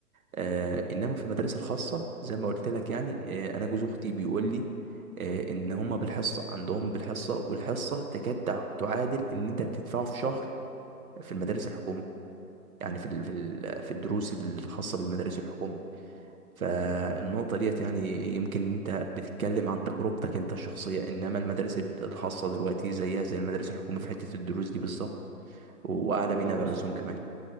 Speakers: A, on the right; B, on the right.
A: آه انما في المدارس الخاصه زي ما قلت لك يعني آه انا جوز اختي بيقول لي آه ان هما بالحصه عندهم بالحصه والحصه تكاد تع- تعادل اللي انت بتدفعه في شهر في المدارس الحكوميه يعني في ال- في ال- في الدروس الخاصه بالمدارس الحكوميه فالنقطه ديت يعني يمكن انت بتتكلم عن تجربتك انت الشخصيه انما المدارس ال- الخاصه دلوقتي زيها زي المدارس الحكوميه في حته الدروس دي بالظبط واعلى
B: طب
A: منها
B: لا بص
A: من الرسوم
B: أقول
A: كمان